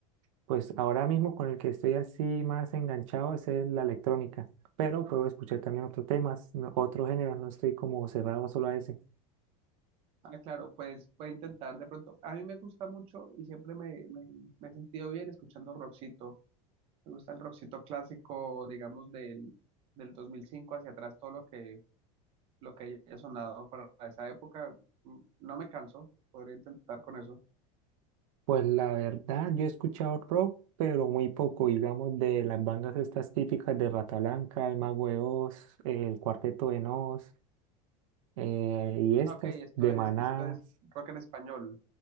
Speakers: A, on the right; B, on the right.
A: Pues ahora mismo con el que estoy así más enganchado es el- la electrónica, pero puedo escuchar también otros temas, no- otros géneros, no estoy como cerrado solo a ese.
B: Ah, claro, pues puede intentar de pronto. A mí me gusta mucho y siempre me, me, me he sentido bien escuchando rockcito. Me gusta el rockcito clásico, digamos, del, del 2005 hacia atrás, todo lo que, lo que haya sonado para esa época. Mm, No me canso, podría intentar con eso.
A: Pues la verdad, yo he escuchado rock, pero muy poco, digamos, de las bandas estas típicas de Rata Blanca, El Mago de Oz, eh, El Cuarteto de Nos, eh, y estas
B: Ah, ok, esto
A: de
B: es,
A: Maná.
B: esto es rock en español.